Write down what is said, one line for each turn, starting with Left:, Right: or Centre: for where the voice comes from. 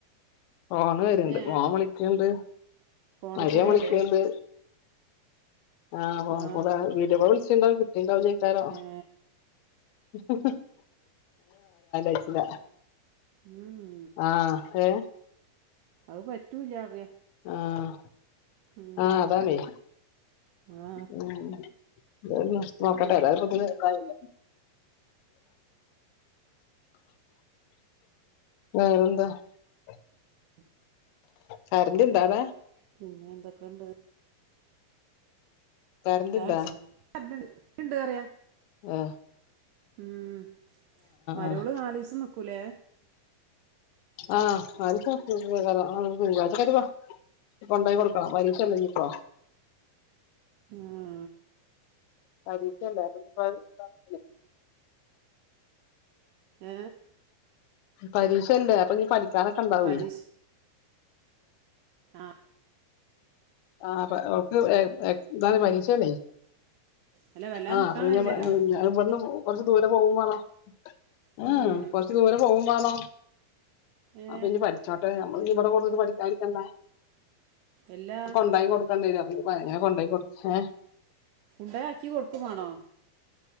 Left: ഫോണ് വര്ണ്ട്
Right: ഏ
Left: മോൻ വിളിക്ക്ണ്ട്
Right: ഫോണ്
Left: മരോം
Right: കൂടി
Left: വിളിക്ക്ണ്ട്
Right: ആവൂലേ
Left: ആഹ് <unintelligible>
Right: ആ
Left: വീഡിയോ കാൾ വിളിച്ചണ്ടാവും കിട്ടിണ്ടാവില്ലിക്കാരോ
Right: ഏ
Left: ഞങ്ങള <unintelligible> യ്ചില
Right: ഊം
Left: ആഹ് കെ
Right: അഹ് പറ്റൂല്ല അറിയ
Left: ആഹ
Right: ഉം
Left: ആതാണ്
Right: ആ
Left: <unintelligible>
Right: അറ്റൻഡ്
Left: നോക്കട്ടെ
Right: ചെയ്യ
Left: ഏതായാലും ഇതിന് ഇതായില്ലേ വേറെ എന്താ അ
Right: ഉം
Left: കരണ്ട് ണ്ടാ അവിടെ
Right: പിന്നെ എന്തൊക്കെണ്ട്
Left: കരന്റ്
Right: ചായട്ചോ
Left: ഇണ്ടാ
Right: <unintelligible> ണ്ട്‌പാറിയ
Left: ഹെ
Right: മം മരുമോള്
Left: ആഹ്
Right: നല് ദിവസം നിക്കൂലേ
Left: ആ <unintelligible> ഇനി കൊണ്ടായികൊടുക്കണം പരീക്ഷല്ലേ ഇന്നിപ്പോ
Right: ആഹ്
Left: പരീക്ഷല്ല അത്പ്പ <unintelligible>
Right: ഏ
Left: പരീക്ഷല്ലേ അപ്പൊ ഇന്നി പഠിക്കാനൊക്കെ ഉണ്ടാവേ
Right: പരീക്ഷ ആഹ
Left: ആ പ ഓൾക്ക് ഹെ ഹെ ഇതാണ് പരീക്ഷന്ന്
Right: അല്ല വല്ലാ
Left: ആഹ
Right: നിക്കാൻ
Left: അപ്പ പിന്നെവിടെല്ല
Right: കഴിയില്ലല്ലോ
Left: ഇവിടുന്ന് കൊറച്ച് ദൂരെ പോകുവും വാണം ഹ്
Right: ഉം
Left: ഹ് കുറച്ച് ദൂരെ പോവും വണം
Right: ഏ
Left: അപ്പന്നി പഠിചോട്ടേ പ്പ നമ്മൾ ഇവിടെ കൊടുന്നിട്ട് പഠിക്കാതിരിക്കണ്ട
Right: എല്ലാ
Left: കൊണ്ടായി കൊടുക്കണ്ടരും അപ്പന്നി അദന്നെ കൊണ്ടാക്കി കൊടു ഹെ
Right: കോണ്ടയി ആക്കി കൊടുക്കും വാണോ